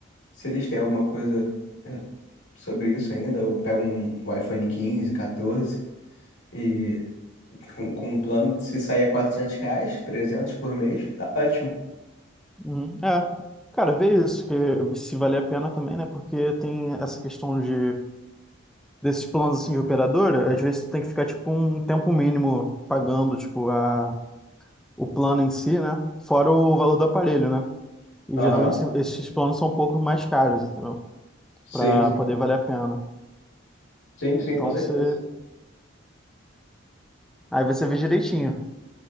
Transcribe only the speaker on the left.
se eles têm alguma coisa é, sobre isso ainda. Eu pego um, um iPhone 15 14 e com, com um plano de se sair a 400 reais, 300 por mês, tá ótimo.
Aham,
Sim,
sim.
Sim, sim,
com certeza.